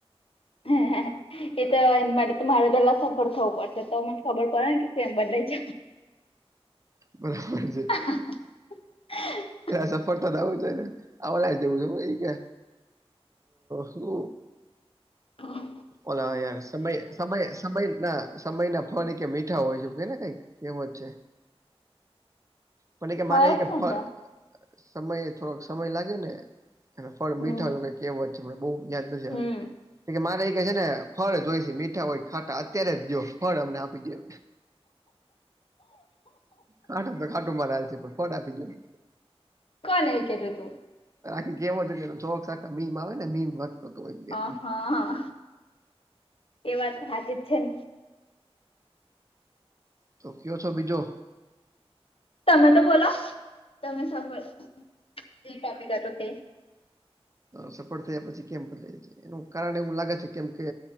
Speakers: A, on the left; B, on the right.
A: હમ હ એ તો એ માટે તો મારે પેલા સફળ થવું પડશે તો મને ખબર પડે ને કે કેમ બદલાઈ જ?
B: બરાબર છે
A: <inaudible>
B: એ સફળતા થવું છે ને આ ઓલા જેવું છે હો કે સુ
A: હા
B: ઓલા યાર સમય સમય સમય ના સમય ના ફળ કે મીઠા હોય છે કેને કઈક કેમ જ છે પણ કે
A: હોય
B: માને એ
A: જ
B: કે
A: છે
B: ફળ
A: ને તો
B: સમય થોડોક સમય લાગે ને એ ફળ
A: હમ
B: મીઠા હોય એવુ કહેવત છે, બો યાદ નથીકે
A: હમ
B: મારે કે છે ને ફળ જ હોય છે મીઠા હોય ખાટા અત્યારે જ દીયો ફળ અમને આપી દીયો ખાટું તો ખાટું મારે હાલશે પણ ફળ આપી દીયો
A: કોને કેતો તો
B: બાકી કેવો હતોકે ચોક સતા મીમ આવે ને મીમ હતો એક દી
A: હા
B: એટલે
A: હા એ વાત તો સાચી છે ને
B: તો કયો છો બીજુ?
A: તમે તો બોલો, તમે સફળ જે તોપિક હતો તે
B: સફળ થયા પછી કેમ બદલાઈ છે એનું કારણ એવું લાગે છે કેમ કે